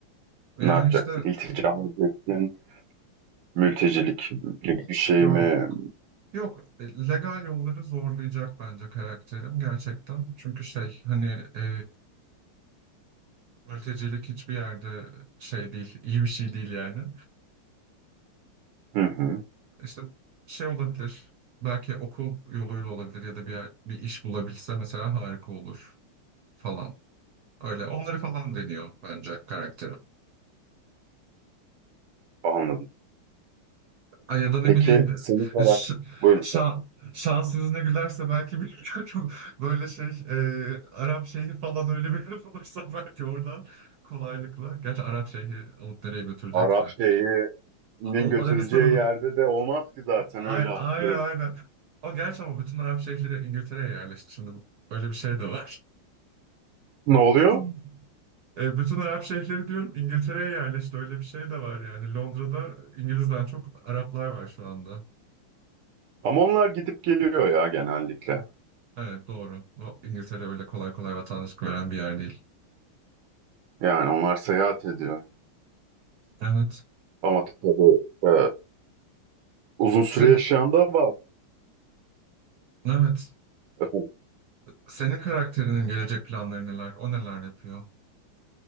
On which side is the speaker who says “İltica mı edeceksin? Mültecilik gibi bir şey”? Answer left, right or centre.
Right